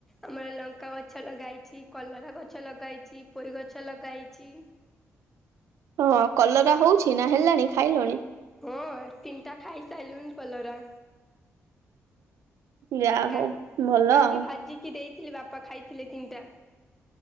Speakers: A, in the centre; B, on the right (about 85°).
A: ଆମର ଲଙ୍କା ଗଛ ଲଗେଇଛି କଲରା ଗଛ ଲଗେଇଛି ପୋଇ ଗଛ ଲଗେଇଛି।
B: ହଁ କଲରା ହଉଛି ନା ହେଲାଣି ଖାଇଲଣି?
A: ହଁ ତିନିଟା ଖାଇସାରିଲୁଣି କଲରା।
B: ଯାହା ହଉ
A: କା
B: ଭଲ
A: କାଲି
B: ଆଉ
A: ଭାଜିକି ଦେଇଥିଲି ବାପା ଖାଇଥିଲେ ତିନିଟା